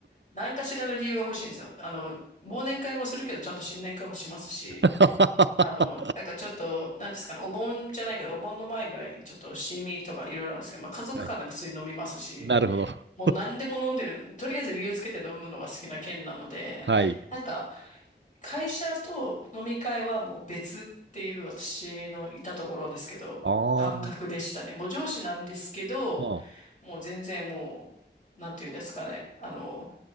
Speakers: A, on the left (about 45°); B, on the right (about 80°).
A: 何かしらの理由が欲しいんですよ。あの、忘年会もするけど、ちゃんと新年会もしますし、
B: <laughs>
A: あの、なんかちょっと、なんですかね、お盆じゃないけど、お盆の前ぐらいにちょっとシミとかいろいろあるんですけど、まあ家族間でも普通に飲みますし、
B: はい。なるほど。
A: もう何でも飲んでる、とりあえず理由つけて飲むのは好きな県なので、
B: はい。
A: なんか会社と飲み会はもう別っていう私のいたところですけど、
B: ああ、
A: 感覚でしたね。もう上司なんですけど、
B: ああ、
A: もう全然もう、なんていうんですかね、あの、